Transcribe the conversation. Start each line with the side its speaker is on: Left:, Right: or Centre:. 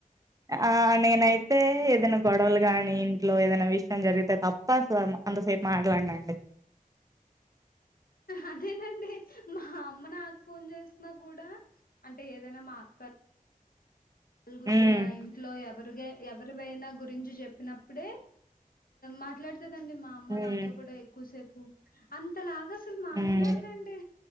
Right: ఆ నేనైతే ఏదైనా గొడవలు గాని ఇంట్లో ఏదైనా విషయం జరిగితే తప్ప అసలు అంత ఎక్కువ సేపు మాట్లాడినండి.
Left: అదేనండి మా అమ్మ నాకు ఫోన్ చేసిన కూడా అంటే ఏదైనా మా క్క త్ వాళ్ళ గురించా
Right: ఉమ్
Left: ఇంట్లో ఎవరిగే ఎవరివైనా గురించి చెప్పినప్పుడే మాట్లాడు దండి మా అమ్మ
Right: ఉమ్
Left: నాతో కూడా ఎక్కువసేపు అంతలాగా అసలు మాట్లాడదండి.
Right: ఉమ్